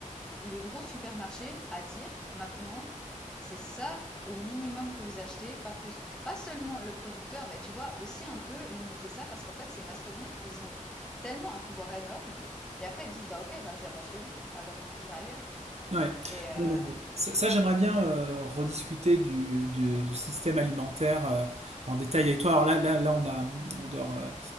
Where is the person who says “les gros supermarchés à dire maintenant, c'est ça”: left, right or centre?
Centre